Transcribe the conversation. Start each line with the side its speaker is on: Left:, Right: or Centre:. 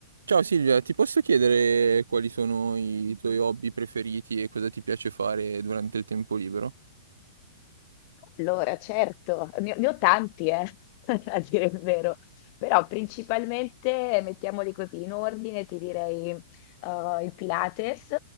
Right: Ciao Silvia, ti posso chiedere quali sono i tuoi hobby preferiti e cosa ti piace fare durante il tempo libero?
Left: Allora, certo, ne ho ne ho tanti, eh, <laughs> a dire il vero, però principalmente, mettiamoli così, in ordine ti direi eh, il Pilates,